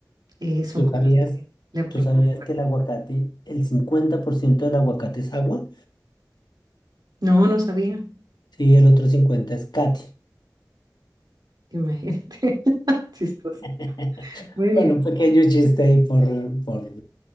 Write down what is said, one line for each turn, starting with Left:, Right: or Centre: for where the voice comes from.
Right: Eh, son
Left: tú
Right: cosas
Left: sabías,
Right: que le aportan
Left: tú sabías
Right: al cuerpo.
Left: que el aguacate, el 50% del aguacate es agua,
Right: No, no sabía.
Left: sí, el otro 50 es cati.
Right: Imagínate. <laughs> Chistoso.
Left: <laughs>
Right: Muy
Left: Bueno,
Right: bien.
Left: un pequeño chiste ahí por, por